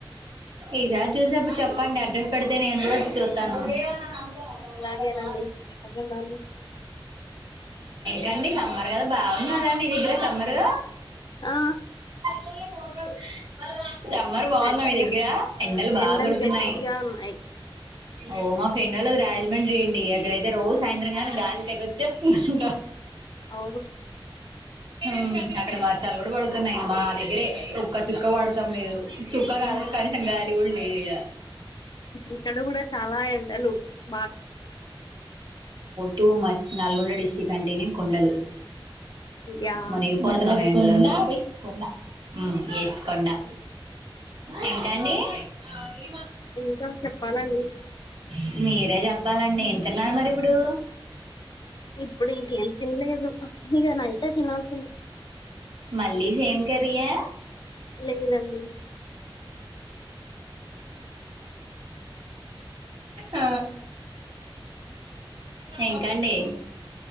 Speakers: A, on the right (about 60°); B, on the left (about 55°).
A: ఇసారి సేపుడు చెప్పండి అడ్రస్ పెడితే నేను కూడా చూస్తాను మ్
B: అలాగేనండి
A: వాళవు
B: తప్పకుండాను.
A: కండి సమ్మర్ కదా బాగున్న కదా మీ దగ్గర సమ్మరు
B: ఆ
A: దు రమ్మర్ బాగుందా
B: గట్టిగా
A: మీ దగ్గర బాగా
B: ఎండలు
A: కొడుతున్నాయి
B: గట్టిగా ఉన్నాయి
A: ఓ మా ఫ్రెండ్ వాళ్ళకి రాజమండ్రి అండి అక్కడైతే రోజు సాయంత్రంగానీ గాలి తెగొచ్చేస్తుందంట
B: అవు
A: మ్ అక్కడ వర్షాలు కూడా పడుతున్నాయిమ్మా దగ్గరే ఒక్క చుక్క పడతాం లేదు చుక్క
B: హ్మ్.
A: కాదు కనీసంగాలి <unintelligible> లేడ
B: ఇక్కడ కూడా చాలా ఎండాలు ఆ
A: టూ మచ్ నల్గొండ డిస్టి్రిక్ట్ అంటేనే కొండలు
B: యాహ్!
A: మన ఇ ప వేసు వేసుకోండా ఏంటండి ఈ
B: ఇంకా చెప్పాలండి.
A: మ మీరే చెప్ చెప్పాలండి ఎ తిన్నారు మరి ఇప్పుడు
B: ఇప్పుడు ఇంకేం తినలేదు ఇక నైతే తినాల్సింది
A: మల్లీ సేమ్ కర్రీ ఆ
B: లేదండి
A: ఆ ఇంకా అండి